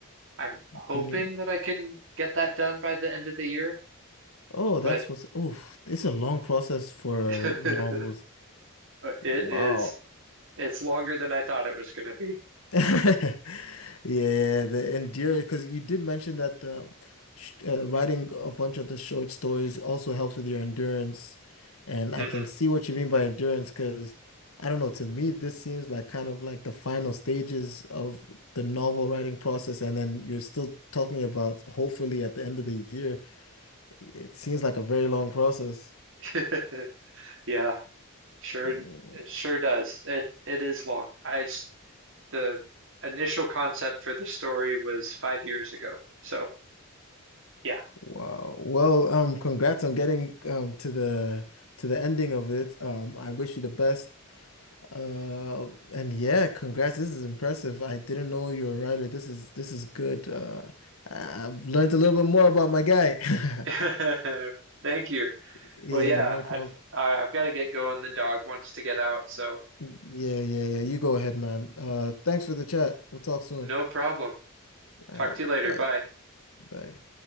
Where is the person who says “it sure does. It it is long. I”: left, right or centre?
Right